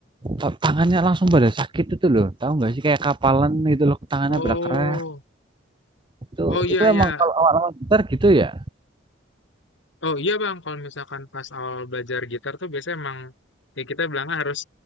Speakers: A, on the right; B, on the left.
A: ta- tangannya langsung pada sakit itu loh. Tahu nggak sih kayak kapalan gitu loh, tangannya
B: oh
A: berkerak. Itu
B: oh iya
A: itu emang
B: iya
A: kalau awal-awal gitar gitu ya.
B: oh iya bang kalau misalkan pas awal belajar gitar tuh biasanya emang ya kita bilangnya harus